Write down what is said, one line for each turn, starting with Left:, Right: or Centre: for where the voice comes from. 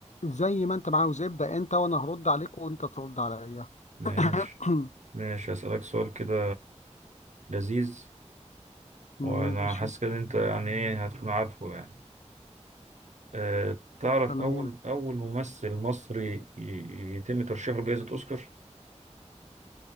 Left: زي ما انت عاوز ابدا انت وانا هرد عليك وانت ترد عليا
Right: ماشي
Left: <coughs>
Right: ماشي هسألك سؤال كده لذيذ وانا
Left: ماشي
Right: حاسس كده ان انت يعني ايه هتكون عارفه يعني أه تعرف
Left: تمام
Right: اول اول ممثل مصري ي- يتم ترشيحه لجائزة اوسكار؟